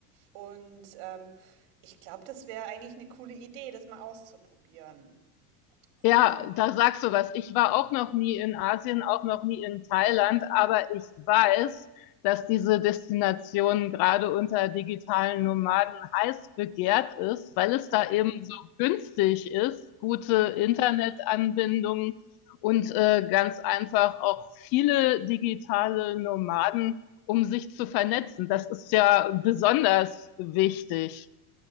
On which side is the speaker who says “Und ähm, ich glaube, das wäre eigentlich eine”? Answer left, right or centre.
Right